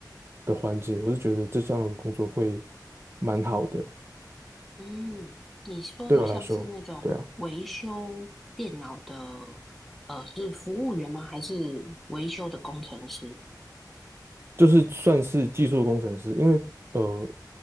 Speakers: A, on the right (about 35°); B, in the centre.
A: 的环节，我是觉得这项工作会蛮好的，
B: 嗯，你说的像是那种维修电脑的，
A: 对我来说，对啊。
B: 呃，是服务员吗？还是维修的工程师？
A: 就是算是技术工程师，因为呃，